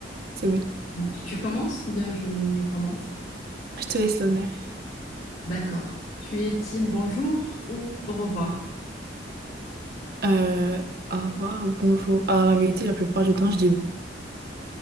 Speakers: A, on the right; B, on the left.
A: C'est bon.
B: ça Tu commences ou bien je, je commence?
A: Je te laisse l'honneur.
B: D'accord. Tu es team bonjour ou au revoir?
A: Euh, au revoir, bonjour. Alors la vérité, la plupart du temps, je dis